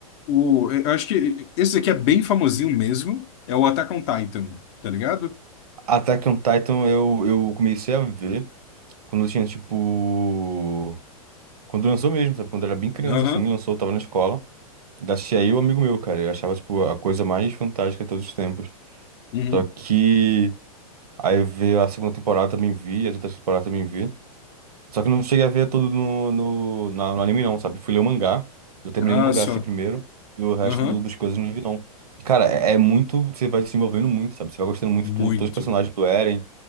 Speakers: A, on the left (about 50°); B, on the right (about 85°).
A: o, é, eu acho que esse aqui é bem famosinho mesmo. É o Attack on Titan, tá ligado?
B: Attack on Titan eu, eu comecei a ver quando eu tinha, tipo... Quando lançou mesmo, sabe? Quando eu era bem criança,
A: Aham.
B: assim, lançou, eu tava na escola. Da aí o amigo meu, cara. Eu achava, tipo, a coisa mais fantástica de todos os tempos.
A: Uhum.
B: Só que... Aí veio a segunda temporada, também vi, as outras temporadas também vi. Só que eu não cheguei a ver todo no, no, na- no anime, não, sabe? Fui ler o mangá. Eu terminei
A: Ah,
B: no mangá
A: só.
B: assim primeiro. E o resto
A: Aham.
B: do- das coisas eu não vi, não. E, cara, é, é muito. Você vai se envolvendo muito, sabe? Você vai gostando muito
A: Muito.
B: do, todos os personagens do Eren.